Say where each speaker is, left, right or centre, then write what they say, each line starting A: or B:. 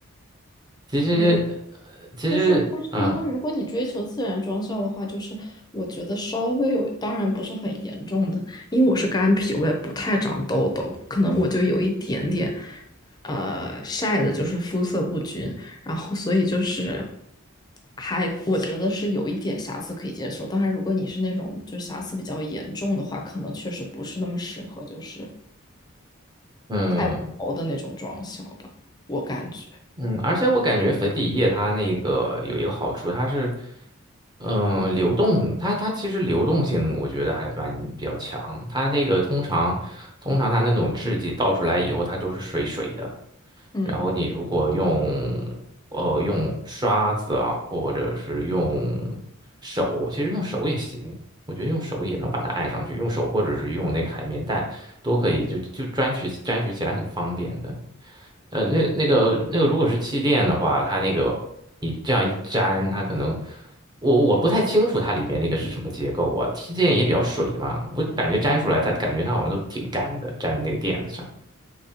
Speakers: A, on the right (about 20°); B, on the left (about 20°).
A: 其实，
B: 对，
A: 呃其实，
B: 就是，但是因为如果你追求自然妆效的话，
A: 嗯
B: 就是我觉得稍微有，当然不是很严重的，因为我是干皮，我也不太长痘痘，可能我就有一点点，呃，晒的就是肤色不均，然后所以就是还我觉得是有一点瑕疵可以接受，当然如果你是那种就瑕疵比较严重的话，可能确实不是那么适合，就是
A: 嗯
B: 太薄的那种妆效吧，我感觉，
A: 嗯，而且我感觉粉底液它那个有一个好处，它是嗯、呃流动，它它其实流动性我觉得还蛮比较强，它那个通常通常它那种质地倒出来以后，它都是水水的。
B: 嗯。
A: 然后你如果用呃用刷子啊，或者是用手，其实用手也行，我觉得用手也能把它按上去，用手或者是用那个海绵蛋都可以，就就粘取粘取起来很方便的。呃，那那个那个如果是气垫的话，它那个你这样一粘，它可能我我不太清楚它里面那个是什么结构啊，气垫也比较水嘛，我就感觉粘出来它感觉它好像都挺干的，粘在那个垫子上。